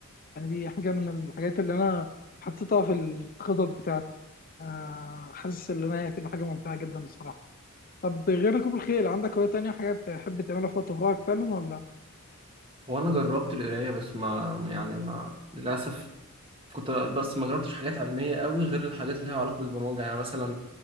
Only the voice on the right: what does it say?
وانا جربت القرايه بس ما يعني ما للاسف كنت بس ما جربتش حاجات علميه قوي غير الحاجات اللي ليها علاقه بالبرمجه يعني مثلا